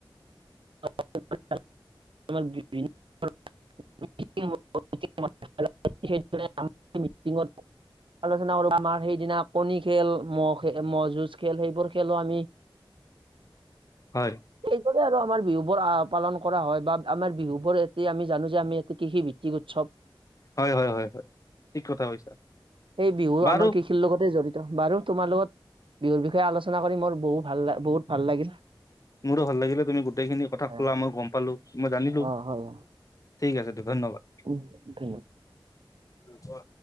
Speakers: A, on the right; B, on the left.
A: <unintelligible> আলোচনা কৰো আমাৰ সেইদিনা কণী খেল- মহ খে মহ' যুঁজ খেল সেইবোৰ খেলো আমি।
B: হয়।
A: এইদৰে আৰু আমাৰ বিহু বোৰ আহ পালন কৰা হয় বা আমাৰ বিহু বোৰ এতি আমি জানো যে আমি এইটো কৃষি ভিত্ত- কি উৎসৱ,
B: হয় হয় হয় হয় ঠিক কথা কৈছা
A: এই বিহু
B: বাৰু
A: আমাৰ কৃষি- লগতে জড়িত বাৰু তোমাৰ লগত বিহুৰ বিষয়ে আলোচনা কৰি মোৰ বহু ভাল বহুত ভাল লাগিল।
B: মোৰো ভাল লাগিলে তুমি গোটেইখিনি কথা কলা
A: অ',
B: মই গম পালো মই জানিলো।
A: হয়, হয়,
B: ঠিক আছে ধন্যবাদ।
A: উম ধন্যবাদ।
B: অ কোৱা?